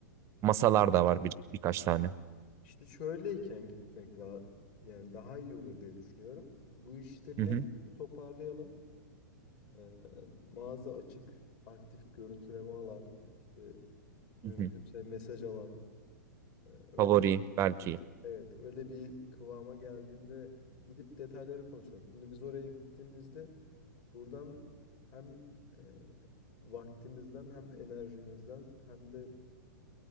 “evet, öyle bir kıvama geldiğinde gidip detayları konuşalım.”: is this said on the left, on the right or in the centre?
Left